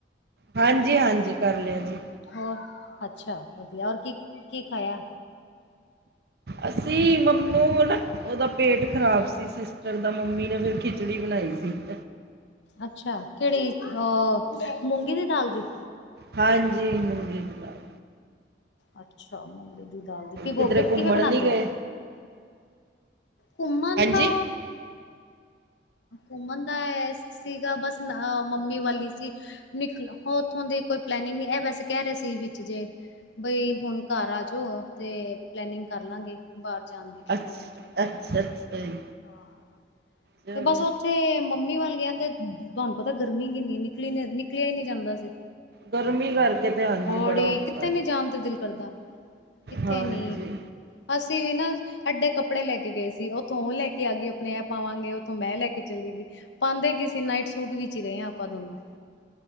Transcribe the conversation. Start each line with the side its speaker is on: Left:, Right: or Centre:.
Right: ਹਾਂਜੀ-ਹਾਂਜੀ ਕਰ ਲਿਆ ਜੀ।
Left: ਹੋਰ ਅੱਛਾ ਵਧੀਆ ਹੋਰ ਕੀ ਕੀ ਖਾਇਆ?
Right: ਅਸੀਂ ਮੰਨੂ ਨਾ ਉਹਦਾ ਪੇਟ ਖ਼ਰਾਬ ਸੀ ਸਿਸਟਰ ਦਾ ਮੰਮੀ ਨੇ ਫਿਰ ਖਿਚੜੀ ਬਣਾਈ ਸੀ। <inaudible>
Left: ਅੱਛਾ ਕੇੜੀ ਅਹ ਮੂੰਗੀ ਦੀ ਦਾਲ ਦੀ?
Right: ਹਾਂਜੀ ਮੂੰਗੀ ਦੀ ਦਾਲ।
Left: ਅੱਛਾ ਮੂੰਗੀ ਦੀ ਦਾਲ ਦੀ ਪਿਗੋਕੇ
Right: ਕਿਧਰੇ ਘੁੰਮਣ
Left: ਕਿਵੇਂ ਬਣਾਉਦੇ
Right: ਨਹੀਂ ਗਏ
Left: ਹੋ? ਘੁੰਮੰਨ
Right: ਹਾਂਜੀ
Left: ਦਾ? ਘੁੰਮਣ ਦਾ ਸੀਗਾ ਬਸ ਅ ਮੰਮੀ ਵਾਲੀ ਸੀ ਨਿਕਲ ਉੱਥੋਂ ਦੀ ਕੋਈ ਪਲੈਨਿੰਗ ਨਹੀਂ ਇਹ ਵੈਸੇ ਕਹਿ ਰਹੇ ਸੀ ਵਿੱਚ ਜੇ ਬਈ ਹੁਣ ਘਰ ਆ ਜਾਓ ਤੇ ਪਲੈਨਿੰਗ ਕਰ ਲਾਂਗੇ ਬਾਹਰ ਜਾਣ ਦੀ ਕਿਤੇ
Right: ਅੱਛਾ
Left: ਨਾ ਕਿਤੇ ਹੋਰ
Right: ਅੱਛਾ ਅੱਛਾ ਜੀ
Left: ਹਾਂ
Right: ਚਲੋ
Left: ਤੇ ਬਸ ਉਥੇ ਤੇ ਮੰਮੀ ਵੱਲ ਗਿਆ ਤੇ ਤੁਹਾਨੂੰ ਪਤਾ ਗਰਮੀ ਕਿੰਨੀ ਨਿਕਲੀ ਨਿਕਲਿਆ ਹੀ ਨੀ ਜਾਂਦਾ ਸੀ
Right: ਗਰਮੀ ਕਰਕੇ ਤੇ ਹਾਂਜੀ
Left: ਬੋਡੀੀ
Right: ਬੜਾ ਔਖਾ
Left: ਕਿੱਥੇ
Right: ਹੈ
Left: ਨੇ ਜਾਣ ਤੇ ਦਿਲ ਕਰਦਾ ਕਿੱਥੇ
Right: ਹਾਂਜੀ
Left: ਨੀ ਅਸੀਂ ਵੀ ਨਾ ਅਡੇ ਕੱਪੜੇ ਲੈ ਕੇ ਗਏ ਸੀ ਉੱਥੋਂ ਉਹ ਲੈ ਕੇ ਆ ਗਈ ਆਪਣੇ ਆਪ ਆਵਾਂਗੇ ਇਥੋਂ ਮੈਂ ਲੈ ਕੇ ਚਲੀ ਗਈ ਪਾਉਂਦੇ ਕਿਸੇ ਨਾਈਟ ਸੂਟ ਵੀ ਹੀ ਰਹੇ ਹਾਂ ਆਪਾਂ ਦੋਨੋ